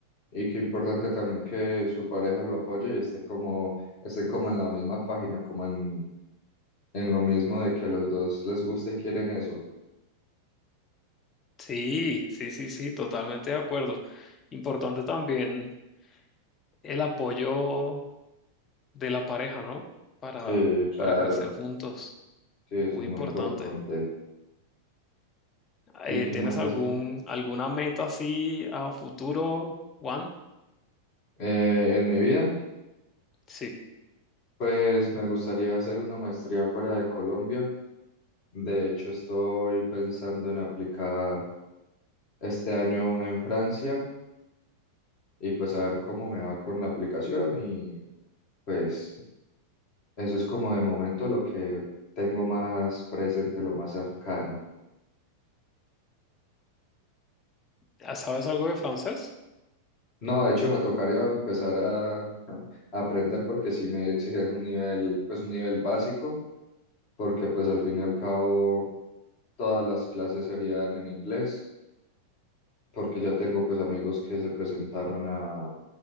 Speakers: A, on the left (about 40°); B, on the left (about 25°).
A: y qué importante también que su pareja lo apoye y esté como, esté como en la misma página, como en, en lo mismo de que los dos les gusta y quieren eso.
B: Sí, sí, sí, sí, totalmente de acuerdo. Importante también el apoyo de la pareja, ¿no? Para,
A: Sí, claro,
B: para crecer juntos.
A: sí, eso
B: Es muy
A: es muy
B: importante.
A: importante.
B: Eh,
A: ¿Y qué
B: ¿tienes
A: más
B: algún,
A: así?
B: alguna meta así a futuro, Juan?
A: Eh, en mi vida,
B: Sí.
A: pues me gustaría hacer una maestría fuera de Colombia. De hecho, estoy pensando en aplicar este año una en Francia y pues a ver cómo me va con la aplicación y pues eso es como de momento lo que tengo más presente, lo más cercano.
B: Ah, ¿Sabes algo de francés?
A: No, de hecho me tocaría empezar a, a aprender porque sí me exigen un nivel, pues un nivel básico, porque pues al fin y al cabo todas las clases serían en inglés, porque ya tengo pues amigos que se presentaron a,